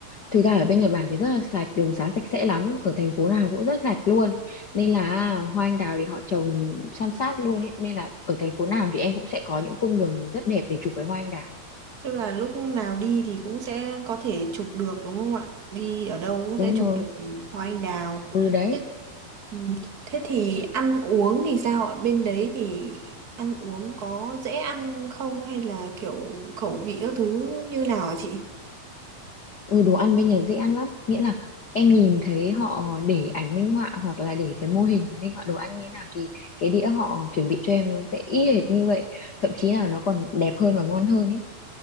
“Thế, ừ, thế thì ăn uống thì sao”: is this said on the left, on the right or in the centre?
Right